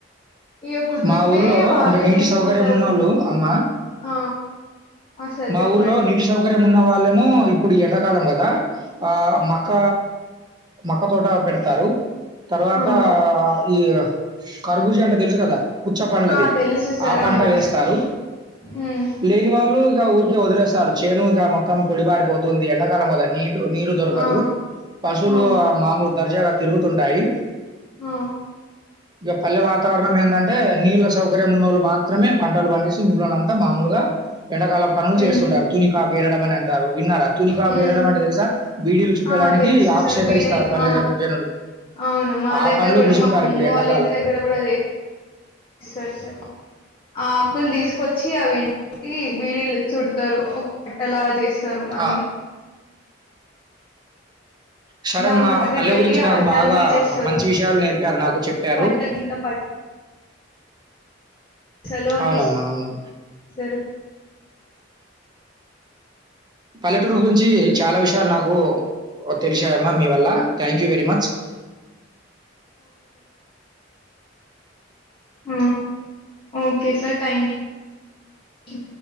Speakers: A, on the left (about 25°); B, on the right (about 25°).
A: ఇ కుదిరితే
B: మా ఊర్లో
A: వాళ్ళే
B: అంటే నీటి
A: తీసుకుంటరు
B: సౌకర్యం ఉన్న వాళ్ళు అమ్మ
A: ఆ ఆ సార్
B: మా
A: చెప్పండి
B: ఊర్లో నీటి సౌకర్యం ఉన్న వాళ్ళేమో ఇప్పుడు ఎండాకాలం కదా ఆ మాక్కాక మక్క తోట పెడతారు తర్వాత
A: ఆ
B: ఈ కర్బూజ అంటే తెలుసు కదా పుచ్చ పంలది
A: ఆ తెలుసు సార్
B: ఆ పంట
A: అవును
B: వేస్తారు
A: ఉమ్
B: లేని వాళ్ళు ఇ ఊరికే వదిలేస్తారు చేను ఇంగ మొత్తం పొడి బారిపోతుంది ఎండాకాలం వద నీ టు నీరు దొరకదు
A: ఆ
B: పశువులు
A: ఆ
B: మామూలు దర్జాగా తిరుగుతుంటయి
A: ఆ
B: ఇక పల్లె వాతావరణం ఏందంటే నీళ్ళ సౌకర్యం ఉన్నళ్ళు మాత్రమే పంటలు పండిస్తూ మిగిలినంతా మామూలుగా ఎండకాలం పనులు
A: హ్మ్
B: చేస్తుంటారు తునికాపీ ఇద్దాం అని అంటే గారు విన్నారుా తునిగాకు
A: హ్మ్
B: వేరడం అంటే తెలుసా బీడీలు చుట్టడానికి
A: ఆ తెలుసు
B: ఆకు
A: సార్
B: సేకరిస్తారు
A: బీడీలు
B: పల్లిలోని
A: ఆ
B: జనులు
A: అవును మా
B: ఆ
A: దగ్గర
B: పనిలో
A: కూడా
B: బిజి
A: మా
B: ఉంటారు
A: అమ్మమ్మ
B: ఇప్పుడు ఎండాకాలం.
A: వాళ్ళ ఇంటి దగ్గర కూడా చేస్తారు సార్ ఆ ఆకులు తీసుకొచ్చి అవి ఎండబెటి. బీడిలు చుడతారు ఒక కాట్టలా చేస్తారూ దన్ని
B: ఆ, సరే
A: దానికి
B: అమ్మా
A: ఒక కట్టకి
B: పల్లె
A: వెళ్ళి
B: గురించి
A: ఆ
B: నాకు
A: కట్టన్ని
B: బాగా
A: ఇచ్చేస్తారు
B: మంచి విషయాలు నేర్పారు నాకు చెప్పారు.
A: కట్టకింత పైసలు అని
B: అవునమ్మా అవును
A: ఇస్తారు
B: పల్లెటూరు గురించి చాలా విషయాలు నాకు తెలిసాయమ్మా మీవా లా థ్యాంక్ యూ వెరి మచ్.
A: ఆ ఓకే సార్ థ్యాంక్ యూ